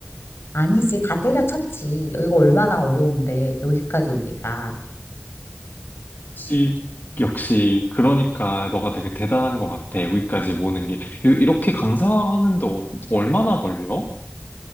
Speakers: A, on the left; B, on the left.
A: 아니지. 다 때려쳤지. 여기가 얼마나 어려운데. 여기까지 오기가.
B: 역시, 역시, 그러니까 너가 되게 대단한 것 같아. 여기까지 모는 게. 이- 이렇게 강사하는데 어- 얼마나 걸려?